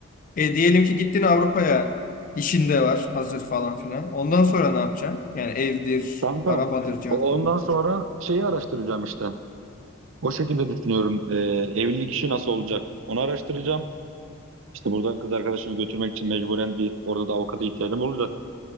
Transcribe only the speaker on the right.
Kanka
o-
ondan
sonra şeyi araştıracağım işte. O şekilde düşünüyorum. Ee, evlilik işi nasıl olacak? Onu araştıracağım. İşte buradan kız arkadaşımı götürmek için mecburen bir orada da avukata ihtiyacım olacak.